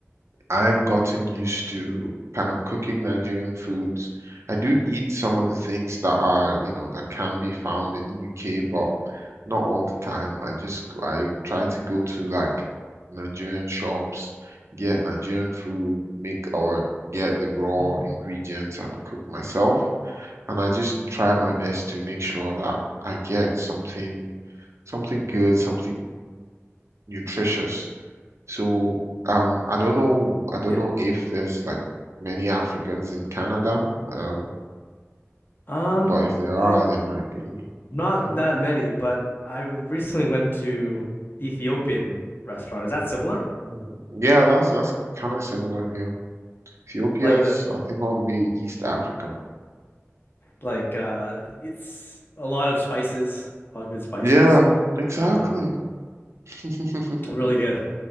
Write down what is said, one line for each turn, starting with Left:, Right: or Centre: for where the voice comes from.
Right: I've gotten used to kind of cooking Nigerian foods. I do eat some of the things that are, you know, that can be found in the UK, but not all the time. I just go- I try to go to like Nigerian shops, get Nigerian food, make or get the raw
Left: <clears throat>
Right: ingredients and cook myself. And I just try
Left: Mm.
Right: my best to make sure that I get something something good, something nutritious so um, I don't
Left: Uh, uh,
Right: know. I don't
Left: yeah.
Right: know if there's like many Africans in Canada. Um,
Left: Um,
Right: but if there are,
Left: uh,
Right: there might be.
Left: not
Right: hmm
Left: that many, but I recently went to Ethiopian restaurant. Is that similar?
Right: hmm Yeah, that's that's kind of similar. Yeah, Ethiopia's
Left: Like the
Right: I think all the way East Africa.
Left: like uh it's a lot of spices, a lot of good spices.
Right: Yeah, exactly.
Left: Um,
Right: <laughs>
Left: really good.